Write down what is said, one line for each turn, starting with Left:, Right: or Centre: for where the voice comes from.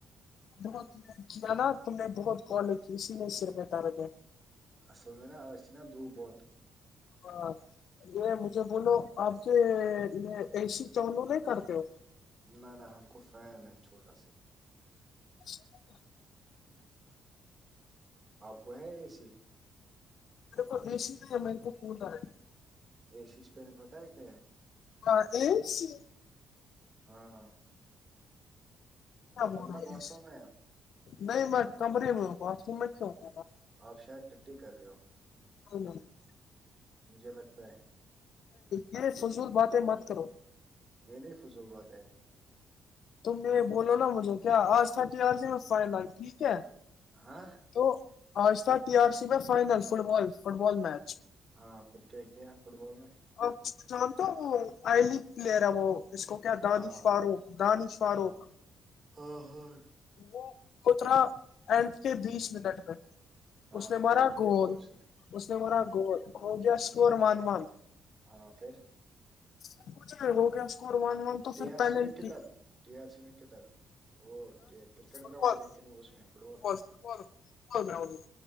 Left: بہت کیا نا تم نے بہت کال کی اسی نے سر بتا ر گ
Right: اصل میں نا اسس چ ن دو بہت
Left: ہاں یہ مجھے بولو آپ کے ا سی چولو نہیں کرتے ہو
Right: نہ نہ ہم کو فین ہے چھوٹا سا
Left: <unintelligible>
Right: آپ کو ہے اے سی
Left: <unintelligible>
Right: ای سیس پین کت ہے کیا
Left: <unintelligible>
Right: ہاں آپ
Left: ب
Right: بندہ
Left: رہا
Right: باتھ روم میں
Left: نہیں میں کمرے میں ہوں باھ روم میں کیا ہوا
Right: آپ شاید ٹی کر رہے ہو
Left: <unintelligible>
Right: مجھے لگتا ہے
Left: یہ فضول بات ہے مت کرو
Right: یہ نہیں فضول بات ہے
Left: تم بولو نا مجھے کیا آج تھٹی میں فائنل ٹھیک ہے
Right: آاں
Left: تو آج تھا ٹی آر سی میں final football football match
Right: ہاں پھر کیا کیا ہیں فٹ بال میں
Left: اچھا توئی لگ پلیر اب اس کو کیا
Right: ہاں
Left: دانشاروق
Right: ہاں
Left: دانشاروق
Right: ہاں ہاں ہاں
Left: وہ کترا اینڈ کے بیس منٹ میں
Right: ہاں
Left: اس نے
Right: پھر
Left: مرا
Right: پھر
Left: گول
Right: کیا کیا اس نے
Left: اس نے
Right: ہاں
Left: مرا گول ہو گیا اسکور ون ون
Right: ہاں پھر
Left: سب کچھ وہ کیا اسکور ون ون تو
Right: ٹی
Left: پھر
Right: آر
Left: پینلٹی
Right: سی میں کدھر ٹی آر سی میں کدھر وہ کرکٹ
Left: فٹ
Right: گراؤڈ
Left: بال
Right: میں نہیں اس میں football ground
Left: football football ground میں